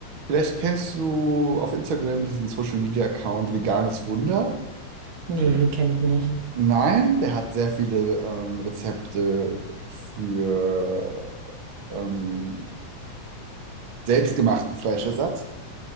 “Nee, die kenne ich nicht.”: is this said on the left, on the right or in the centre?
Right